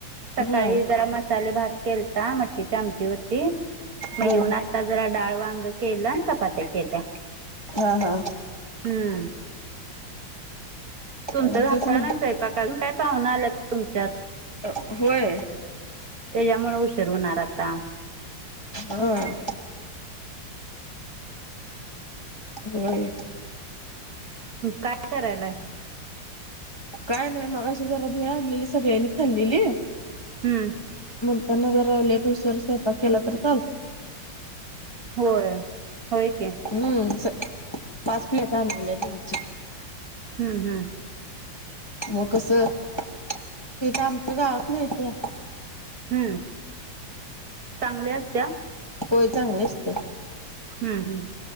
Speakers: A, on the right; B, on the left.
A: सकाळी
B: हा
A: जरा म मसाले भात केलता मटकीची आमटी होती मग
B: हा
A: येऊन आता जरा डाळ वांग केलं चपात्या केल्या
B: हा हा
A: हम्म तुमचं
B: हा तेच म्हण
A: झाण स्वयपा कारण काय पाहुून आल्यात तुमच्यात
B: अ होय
A: त्याच्यामुळे उशीर होणार आता
B: हम होय
A: काय करायलाय
B: काय नाही मग अशी जरा भिळ आणलेली सगळ्यांनी खाल्लेली
A: हम्म
B: मना रिटव्हस स्वप केलात चात
A: होय होय क
B: हम्म पाच प्लेट आणले भेज
A: हम्म हम्
B: मग कस ते तर आमच्या गावात मिळते
A: हम्म चांगल्या असत्या
B: होय चांगलं असते
A: हम् हम्